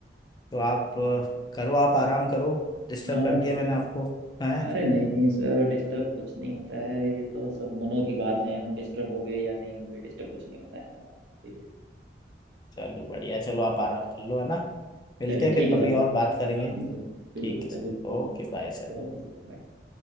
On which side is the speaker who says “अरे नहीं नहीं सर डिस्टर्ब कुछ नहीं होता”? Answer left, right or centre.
Right